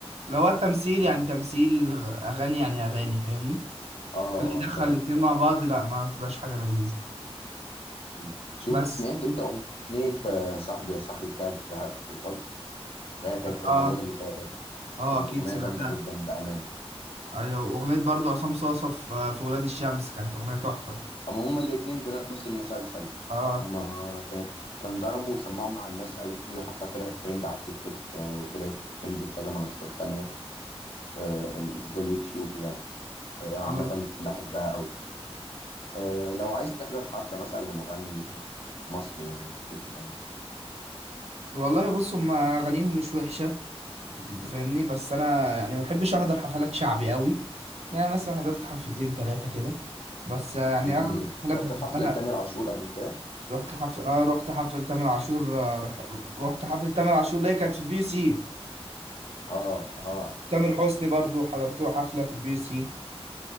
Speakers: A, on the right; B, on the left.
A: اللي هو التمثيل يعني تمثيل غ- اغاني يعني اغاني فاهمني
B: اه
A: اللي يدخل
B: اه فاهم
A: الاتنين
B: فاهم
A: مع بعض لا ما بتبقاش حاجه لذيذه
B: مم. شفت
A: بس
B: سمعت انت أغنية آه، صاحبي يا صاحبي بتاعت بهاء سلطان اللي هي كانت في
A: اه
B: رمضان اللي فات
A: اه
B: كانت
A: اكيد
B: أغنية
A: سمعتها
B: جامدة جدا بأمان
A: ايوه واغنيه برضو عصام صاصه في في ولاد الشمس كانت اغنيه تحفه
B: اما هما الاتنين في نفس المسلسل
A: اه
B: هما كانت كان ضرب وسمعوا مع الناس قوي وحتى طلعت ترند على التيك توك آه، وطلعت ترند في كذا منصات تانية آه، زي اليوتيوب يعني آه، عامة
A: اه
B: بحبها قوي آه، لو عايز تحضر حفلة مثلا لمغني مصري يعني ممكن تبقى مين؟
A: والله بص هم اغانيهم مش وحشه فاهمني بس انا يعني ما بحبش احضر حفلات شعبي قوي يعني مثلا حضرت حفلتين ثلاثه كده بس يعني
B: مم.
A: اغلب الحفلات
B: رحت
A: بحبها
B: حفلة لتامر عاشور قبل كده
A: رحت حفل اه رحت حفله تامر عاشور آه، رح... رحت حفله تامر عاشور اللي هي كانت في البي يو سي
B: اه اه
A: تامر حسني برضو حضرت له حفله في البي يو سي